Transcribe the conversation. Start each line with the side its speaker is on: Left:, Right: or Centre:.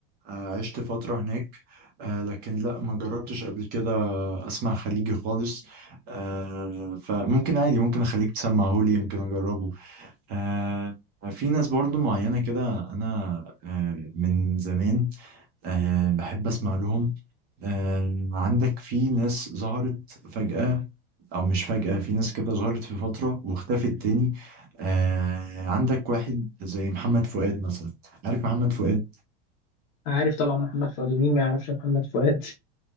Right: آه عشت فترة هناك آه لكن لا ما جربتش قبل كده اسمع خليجي خالص آه فممكن عادي ممكن اخليك تسمعهولي يمكن اجربه آه في ناس برضو معينة كده أنا آه من زمان آه بحب أسمع لهم آه عندك في ناس ظهرت فجأة أو مش فجأة في ناس كده ظهرت في فترة واختفت تاني آه عندك واحد زي محمد فؤاد مثلا عارف محمد فؤاد
Left: عارف طبعا محمد فؤاد ومين ما يعرفش محمد فؤاد